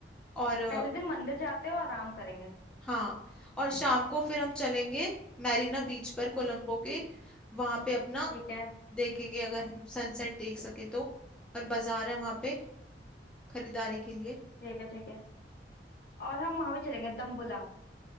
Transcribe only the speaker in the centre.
और अ,
हाँ और शाम को फिर हम चलेंगे मैरीना बीच पर कोलंबो के वहां पे अपना
देखेंगे अगर हम सनसेट देख सके तो और बाजार है वहां पे खरीदारी के लिए